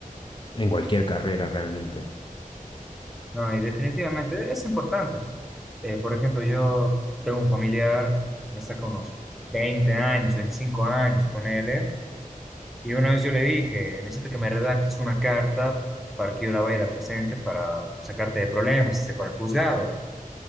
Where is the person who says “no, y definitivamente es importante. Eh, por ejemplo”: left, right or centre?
Centre